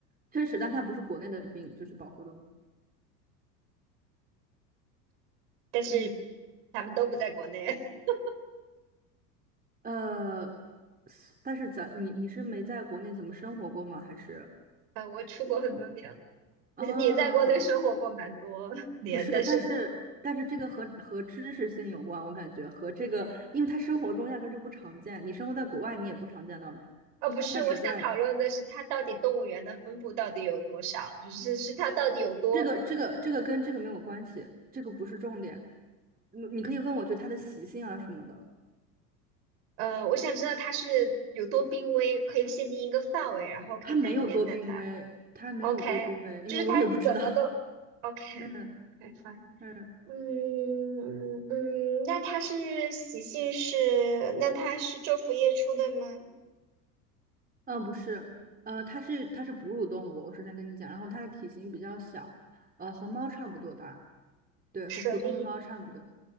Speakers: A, on the right (about 20°); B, on the right (about 60°).
A: 确实，但它不是国内的病，就是保护动物。
B: <laughs> 但是
A: 嗯，
B: 它们都不在国内。<laughs>
A: 呃，但是咱你你是没在国内怎么生活过吗？还是
B: 啊，我出国很多年了，也在国内生活过蛮多年，
A: 啊，不是，
B: 但是
A: 但是但是这个和和知识性有关，我感觉和这个，因为它生活中压根儿就不常见，你生活在国外你也不常见到它，
B: 哦，不是，
A: 它只在。
B: 我想讨论的是它到底动物园的分布到底有多少，就是是它到底有多，
A: 这个这个这个跟这个没有关系，这个不是重点。你你可以问我，就它的习性啊什么的，
B: 呃，我想知道它是有多濒危，可以限定一个范围，然后可以在里面再猜。
A: 它没有多濒危，它没有多濒危，
B: OK，就是它怎么都
A: 因为我也不知道。
B: OK，OK，fine
A: <laughs> 嗯嗯
B: <laughs>、嗯嗯，那它是习性是，那它是昼伏夜出的吗？
A: 嗯，不是，呃，它是它是哺乳动物，我首先跟你讲，然后它的体型比较小，呃，和猫差不多大，对，
B: 舍利，
A: 和普通的猫差不多。